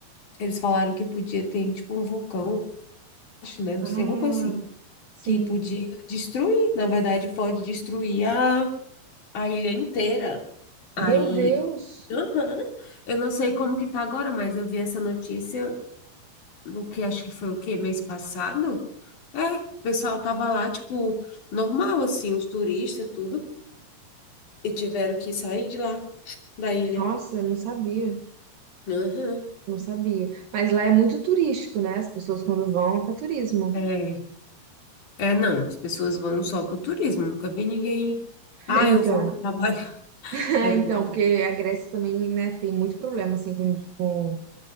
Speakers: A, on the left; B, on the right.
A: eles falaram que podia ter tipo um vulcão, acho, né? Não
B: Ah,
A: sei, alguma coisa assim,
B: sim.
A: que podia destruir. Na verdade, pode destruir a, a ilha inteira. Aí,
B: Meu Deus!
A: aham. Eu não sei como que tá agora, mas eu vi essa notícia, o que acho que foi o quê? Mês passado? É, o pessoal tava lá, tipo, normal, assim, os turistas, tudo. E tiveram que sair de lá, da ilha.
B: Nossa, eu não sabia.
A: Aham.
B: Não sabia. Mas lá é muito turístico, né? As pessoas quando vão é para turismo.
A: É, é, não, as pessoas vão só pro turismo, nunca vi ninguém.
B: <laughs>
A: Ah,
B: Então,
A: eu vou para trabalhar. <laughs>
B: <laughs>
A: É verdade.
B: então, porque a Grécia também, né, tem muito problema assim com, com